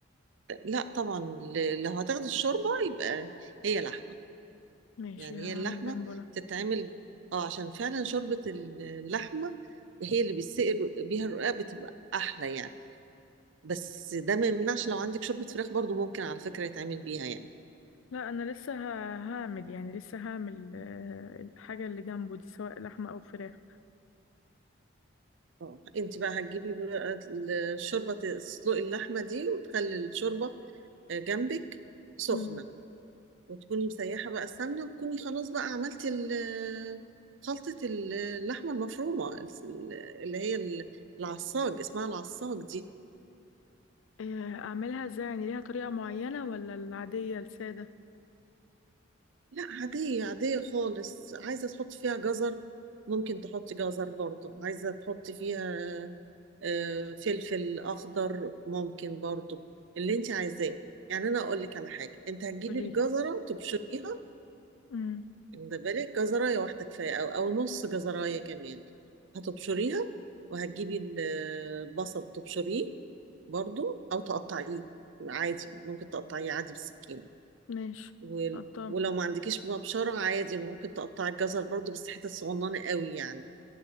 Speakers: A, on the right (about 65°); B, on the left (about 80°).
A: لا طبعا ل- لو هتاخدي الشوربه يبقى هي لحمه
B: ماشي
A: يعني
B: هعمل
A: هي اللحمه
B: جنبه لحمة
A: تتعمل اه عشان فعلا شوربه اللحمه هي اللي بيسقي الر- بيها الرقاق بتبقى احلى يعني بس ده ما يمنعش لو عندك شوربه فراخ برضو ممكن على فكره يتعمل بيها يعني
B: لا انا لسه ه- هعمل يعني لسه هعمل آه، الحاجة اللي جنبه دي سواء لحمة او فراخ
A: اه انت بقى هتجيبي بقى الشوربه تسلقي اللحمه دي وتخلي الشوربه آه، جنبك سخنه
B: مم.
A: وتكوني مسيحة بقى السمنة وتكوني خلاص بقى عملتي ال- خلطة ال- اللحمة المفرومة ال- اللي هي ال- العصاج اسمها العصاج دي
B: آه، اعملها ازاي يعني ليها طريقة معينة ولا العادية السادة
A: لا عادية عادية خالص عايزة تحطي فيها جزر ممكن تحطي جزر برضو عايزة تحطي فيها آه، فلفل أخضر ممكن برضو اللي انت عايزاه يعني أنا أقول لك على حاجة انت هتجيبي
B: قوليلي
A: الجزرة تبشريها
B: امم
A: ده بالك جزراية واحدة كفاية أو أو نص جزراية كمان هتبشريها وهتجيبي البصل تبشريه برضو أو تقطعيه عادي ممكن تقطعيه عادي بالسكين
B: ماشي
A: وال-
B: قطع
A: ولو ما عندكيش مبشرة عادي ممكن تقطعي الجزر برضو بس حتت صغننة قوي يعني